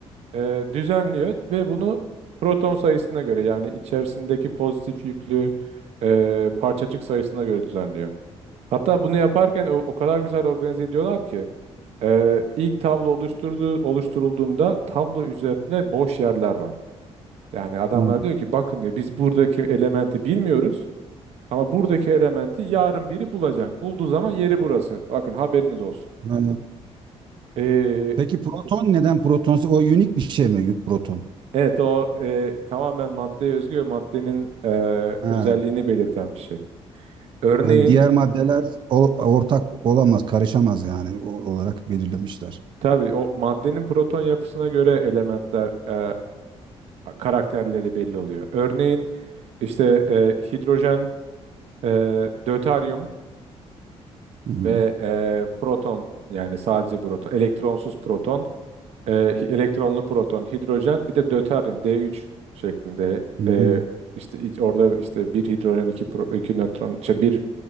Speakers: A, on the right; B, on the right.
A: e, düzenliyor ve bunu proton sayısına göre yani içerisindeki pozitif yüklü e, parçacık sayısına göre düzenliyor. Hatta bunu yaparken o, o kadar güzel organize ediyorlar ki e, ilk tablo oluşturduğu, oluşturulduğunda tablo üzerinde boş yerler var. Yani adamlar
B: Ha.
A: diyor ki bakın diyor biz buradaki elementi bilmiyoruz. Ama buradaki elementi yarın biri bulacak. Bulduğu zaman yeri burası. Bakın haberiniz olsun.
B: Ha.
A: Ee,
B: Peki proton neden proton? O unik bir şey mi proton?
A: evet o e, tamamen maddeye özgü ve maddenin e,
B: Ha,
A: özelliğini belirten bir şey. Örneğin
B: yani diğer maddeler o- ortak olamaz, karışamaz yani o- olarak belirlemişler.
A: tabii o maddenin proton yapısına göre elementler e, karakterleri belli oluyor. Örneğin işte e, hidrojen, e, döteryum
B: Hı hı.
A: ve e, proton yani sadece proton, elektronsuz proton. E, elektronlu proton, hidrojen, bir de döteryum D3 şeklinde.
B: Hı hı.
A: E, işte iç- orada işte bir hidrojen, iki, pro, iki nötron, işte bir